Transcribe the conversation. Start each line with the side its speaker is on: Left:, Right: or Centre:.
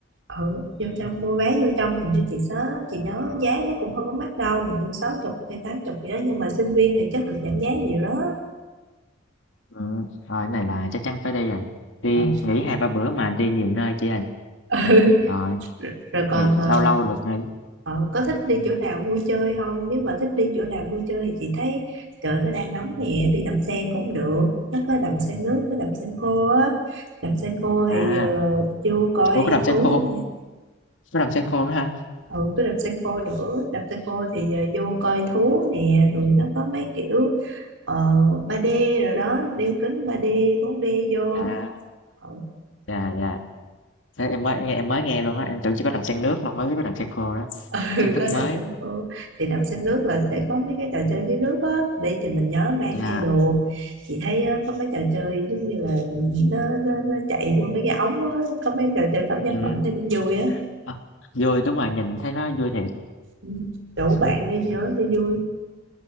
Right: ừ, vô trong mua vé vô trong hình như chị nhớ chị nhớ giá nó cũng không có mắc đâu hình như sáu chục hay tám chục gì đó nhưng mà sinh viên thì chắc được giảm giá nhiều đó
Left: Ừ, rồi cái này là chắc chắn phải đi rồi. Đi
Right: ừ.
Left: nghỉ hai ba bữa mà đi nhiều nơi chị ơi.
Right: <laughs>
Left: Rồi,
Right: rồi còn
Left: nghỉ, lâu
Right: ờ,
Left: lâu được nghỉ.
Right: ờ, có thích đi chỗ nào vui chơi không nếu mà thích đi chỗ nào vui chơi thì chị thấy trời nó đang nóng nè đi đầm sen cũng được nó có đầm sen nước với đầm sen khô á đầm sen khô
Left: À,
Right: thì ờ, vô coi
Left: ủa có đầm sen
Right: thú
Left: khô,
Right: nè
Left: có đầm sen khô nữa ha.
Right: ừ cái đầm sen khô nữa đầm sen khô thì ờ, vô coi thú nè rồi nó có mấy kiểu ờ, 3D rồi đó đeo kính ba d bốn d vô
Left: À,
Right: Ờ,
Left: dạ dạ. Thế em mới em mới nghe luôn á, em tưởng chỉ có đầm sen nước mà mới biết có đầm sen khô đó.
Right: <laughs>
Left: Kiến thức
Right: có đầm
Left: mới.
Right: sen khô thì đầm sen nước là sẽ có mấy cái trò chơi dưới nước á đi thì mình nhớ mang
Left: Dạ.
Right: theo đồ chị thấy á, có mấy trò chơi giống như là nó nó, nó chạy qua mấy cái ống á có mấy trò chơi cảm giác
Left: Ừ.
Right: mạnh thì cũng vui á
Left: Ờ, vui đúng rồi, nhìn thấy nó vui thiệt.
Right: Ừ, rủ bạn
Left: <laughs>
Right: đi nhớ thì vui